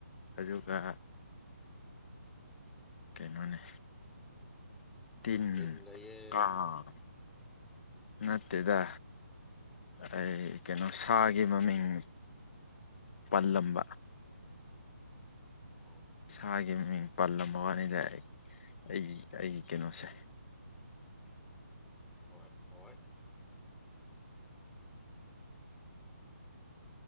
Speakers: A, on the left; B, in the centre.
A: ꯑꯗꯨꯒ ꯀꯩꯅꯣꯅꯦ ꯇꯤꯟ
B: ꯂꯤꯟ ꯂꯩꯌꯦꯔꯣ
A: ꯀꯥꯡ ꯅꯠꯇꯦꯗ ꯑꯩ ꯀꯩꯅꯣ ꯁꯥꯒꯤ ꯃꯃꯤꯡ ꯄꯜꯂꯝꯕ
B: ꯎꯝ
A: ꯁꯥꯒꯤ ꯃꯃꯤꯡ ꯄꯜꯂꯝꯕ ꯋꯥꯅꯤꯗ ꯑꯩꯒꯤ ꯑꯩꯒꯤ ꯀꯩꯅꯣꯁꯦ
B: ꯍꯣꯏ ꯍꯣꯏ